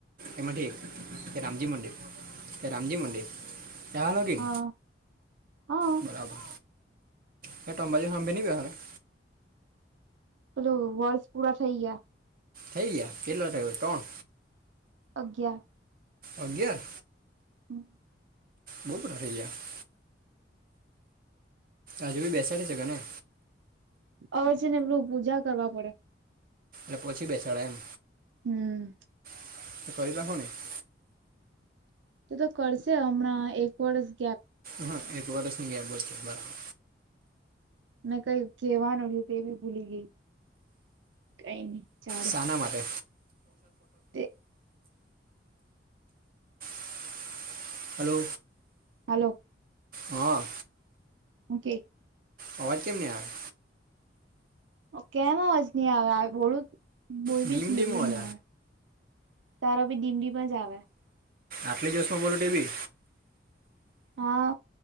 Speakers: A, on the right (about 50°); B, on the right (about 80°).
A: એમાંથી એ રામજી મંદિર એ રામજી મંદિર <unintelligible>
B: હા
A: ન
B: હા
A: ન બરાબર હ તંબાજી સાાભે ન વ હાર <inaudible>
B: પેલુ વર્ષ પૂરા થઈ ગયા
A: થઈ ગયા કેટલો થયો ત્રણ
B: અગિયાર
A: અગિયાર
B: હમ <inaudible>
A: બહુ બરા થ ગાર <inaudible> અજુ બી બેસાડી શકાય ને
B: અવે છે ને પેલું પૂજા કરવા પડે
A: એટલે પછી બેસાડાય એમ
B: હમ
A: <unintelligible>
B: તો તો કરશે હમણાં એક વર્ષ ગેપ
A: હા એક વરસ ની ગેબજ <unintelligible> બરાબર
B: ને કઈ કહેવાનું તે બી ભૂલી ગઈ કઈ નઈ ચાલે
A: સાના માટે
B: તે
A: <unintelligible> <unintelligible> હલો
B: હલો
A: હા
B: ઓકે
A: અવાજ કેમ ને આવે
B: કેમાં અવાજ ની આવે આ બોલું બોયલીજ
A: ડીમ
B: ની
A: ડીમ
B: એટલે
A: અવાજ
B: ની આવે તારો ભી દિન દિન મજ આવે
A: આટલી જોશમાં બોલુ તે ભી
B: હા